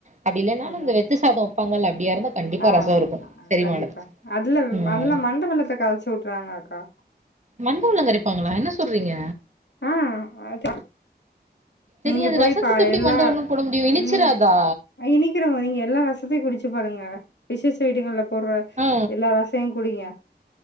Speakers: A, on the right; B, on the left.
A: அப்படி இல்லனாலும்
B: அதா
A: இந்த வெத்து சாதம் வப்பாங்கள அப்படியா இருந்தா கண்டிப்பா
B: ஆ
A: ரசம் இருக்கும் செரிமானத்துக்கு
B: கண்டிப்பா அதுல
A: ம்
B: அதுல மண்டவெல்லத கறச்சி உட்ருவாங்கக்கா
A: மண்டவெள்ளோ கரைப்பாங்களா என்ன சொல்றீங்க
B: ஆ அதா
A: தெரியாது
B: நீங்க போய்
A: ரசத்துக்கு
B: பா
A: எப்படி
B: எல்லா
A: மண்டவெல்லம் போட முடியும் இனிச்சிராதா
B: நீங்க அ இனிக்கிறமோ நீங்க எல்லா ரசத்தையு‌ குடிச்சு பாருங்க விசேஷ வீடுங்கள்ல பொருவா
A: ஆ
B: எல்லா ரசையு குடிங்க